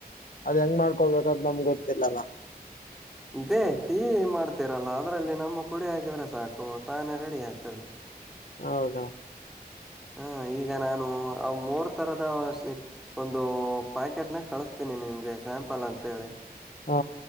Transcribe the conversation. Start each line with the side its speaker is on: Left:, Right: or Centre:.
Left: ಅದ್ ಹೆಂಗ್ ಮಾಡ್ಕೊಳ್ಬೇಕ್ರ ನಮ್ಗೆ ಗೊತ್ತಿಲ್ಲಲ್ಲ
Centre: ಇದೇ ಟೀ ಮಾಡ್ತೀರಲ್ಲ ಅದ್ರಲ್ಲಿ ನಮ್ಮ ಪುಡಿ ಹಾಕಿದ್ರೆ ಸಾಕು ತಾನೇ ರೆಡಿ ಆಗ್ತದೆ
Left: ಹೌದಾ
Centre: ಹ ಈಗ ನಾನು ಅವ ಮೂರ್ ತರದ ಒಂದು ಪ್ಯಾಕೆಟ್ನಾಗ ಕಳಸ್ತೇನೆಿ ನಿಮಗೆ ಸ್ಯಾಂಪಲ್ ಅಂತ ಹೇಳಿ
Left: ಹಾ